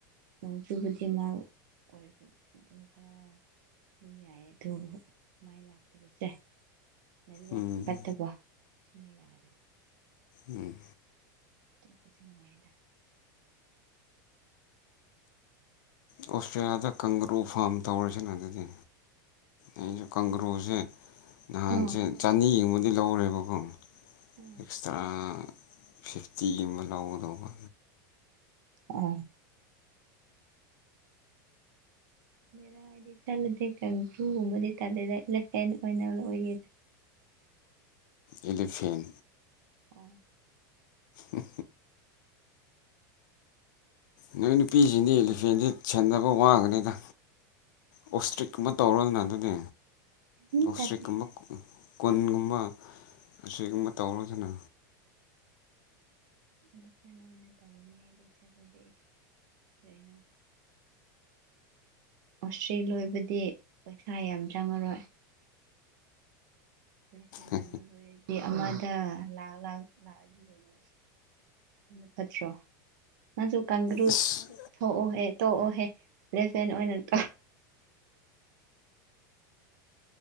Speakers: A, on the right (about 70°); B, on the left (about 70°).
A: ꯅꯣꯡꯖꯨꯕꯗꯤ ꯃꯥ ꯑꯣꯏꯔꯁꯨ ꯑꯗꯨꯝ ꯈꯔꯥ ꯂꯨꯝꯅꯤ ꯍꯥꯏ ꯊꯣ ꯃꯥꯏꯅ ꯑꯗꯨꯒꯁꯦ ꯅꯦꯠꯋꯥꯛ
B: ꯎꯝ
A: ꯐꯠꯇꯕ ꯑꯁꯤꯅ ꯌꯥꯗꯕ
B: ꯎꯝ
A: ꯇꯣꯄꯗꯤꯅꯨꯡꯉꯥꯏꯗ
B: ꯑꯣꯁꯇ꯭ꯔꯦꯂꯤꯌꯥꯗ ꯀꯥꯡꯒ꯭ꯔꯨ ꯐꯥꯝ ꯇꯧꯔꯤꯁꯤꯅ ꯑꯗꯨꯗꯤ ꯑꯩꯁꯨ ꯀꯪꯒ꯭ꯔꯨꯁꯦ ꯅꯍꯥꯟꯁꯦ
A: ꯑꯥ
B: ꯆꯅꯤ ꯌꯦꯡꯕꯗꯤ ꯂꯧꯔꯦꯕꯀꯣ
A: ꯑꯥ
B: ꯑꯦꯛꯁꯇ꯭ꯔꯥ ꯐꯤꯐꯇꯤꯒꯨꯝ ꯑꯃ ꯂꯧꯒꯗꯧꯕ
A: ꯑ ꯔ ꯍꯥꯏꯗꯤ ꯆꯠꯂꯗꯤ ꯀꯥꯡꯀꯨꯒꯨꯝꯕꯗꯤ ꯇꯂꯦꯗꯦ ꯂꯦꯐꯍꯦꯟ ꯑꯣꯏꯅ ꯑꯣꯏ
B: ꯑꯦꯂꯤꯐꯦꯟ
A: ꯑꯣ
B: ꯎ ꯅꯣꯏ ꯅꯨꯄꯤꯁꯤꯡꯗꯤ ꯏꯂꯤꯐꯦꯟꯁꯤ ꯁꯦꯟꯅꯕ ꯋꯥꯡꯉꯅꯤꯗ ꯑꯣꯁꯇ꯭ꯔꯤꯛꯀꯨꯝꯕ ꯇꯧꯔꯣꯗꯅ ꯑꯗꯨꯗꯤ
A: ꯎꯝ
B: ꯑꯣꯁꯇ꯭ꯔꯤꯛꯀꯨꯝꯕ
A: ꯇꯜꯂꯦ
B: ꯀꯨꯟꯒꯨꯝꯕ ꯑꯁꯤꯒꯨꯝꯕ ꯇꯧꯔꯣꯗꯅ
A: ꯏꯂꯦꯐꯦꯟ ꯑꯣꯏꯅ ꯇꯧꯒꯅꯤ ꯍꯥꯏꯗꯤ ꯆꯠꯂꯗꯤ ꯀꯩꯅꯣ ꯑꯣꯁꯇ꯭ꯔꯤꯛ ꯂꯣꯏꯕꯗꯤ ꯄꯩꯁꯥ ꯌꯥꯝ ꯆꯪꯉꯔꯣꯏ ꯏꯂꯦꯛꯁꯟꯒꯨꯝꯕ
B: ꯎ
A: ꯂꯣꯏꯔꯗꯤ ꯑꯃꯗ ꯂꯥꯛ ꯂꯥꯛ ꯂꯥꯛꯑꯗꯤ ꯀꯩꯅꯣ ꯑꯗꯨ ꯐꯠꯇ꯭ꯔꯣ ꯅꯁꯨ ꯀꯥꯡ꯭ꯔꯨ
B: ꯑꯁ
A: ꯊꯣꯛꯎꯍꯦ ꯇꯣꯛꯎꯍꯦ ꯂꯦꯐꯍꯦꯟ ꯑꯣꯏꯅ <inaudible>